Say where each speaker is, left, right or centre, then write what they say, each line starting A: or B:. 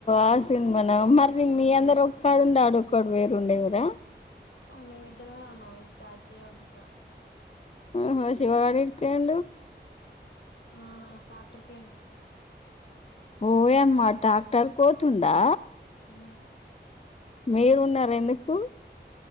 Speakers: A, on the left; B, on the left.
A: ఆ సినిమాన మరి మీ అందరు ఒక్కడు ఉండే ఆడు ఒక్కడు వేరు వుండేవుగ
B: మేమిద్దరమే ఉన్నాం ఇం రాజీవాలి ఇంట్లా
A: ఆహ శివగాడడెక్క వుండు
B: ఆ ట్రాక్టర్ కి అయిన
A: ఓ యామ్మ డాక్టర్ కోతుండా
B: ఆ
A: మీరు ఉన్నారు ఎందుకు